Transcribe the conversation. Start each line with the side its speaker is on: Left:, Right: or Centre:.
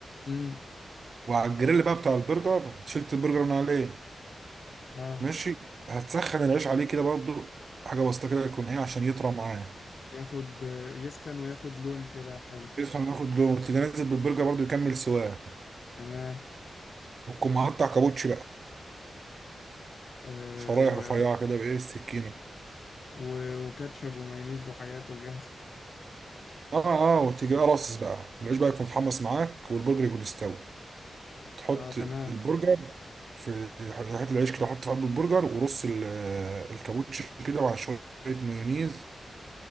Left: امم
Right: وعلى الجريل بقى بتاع البرجر شلت البرجر من عليه
Left: اه
Right: ماشي هتسخن العيش عليه كده برضو حاجة بسيطة كده يكون ايه عشان يطرى معاه
Left: ياخد يسخن وياخد لون كده حلو
Right: يسخن ياخد لون تيجي نازل بالبرجر برضو يكمل سواه
Left: تمام
Right: وتكون مقطع كابوتشي بقى
Left: آه
Right: شرايح
Left: و...
Right: رفيعة كده بإيه السكينة
Left: و... وكاتشب ومايونيز وحاجات وجاهزة
Right: اه اه وتيجي بقى راصص بقى العيش بقى يكون اتحمص معاك والبرجر يكون استوى تحط
Left: اه تمام
Right: البرجر في حته العيش كده حط في قلب البرجر ورص ال- الكابوتشي كده مع شوية مايونيز